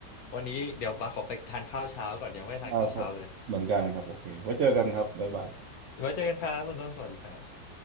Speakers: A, on the left (about 65°); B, on the right (about 70°).
A: วันนี้เดี๋ยวบาสขอไปทานข้าวเช้าก่อนยังไม่ได้ทานข้าวเช้าเลย
B: ได้ครับเหมือนกันครับโอเคไว้เจอกันครับบ๊ายบาย
A: ไว้เจอกันครับคุณต้นสวัสดีครับ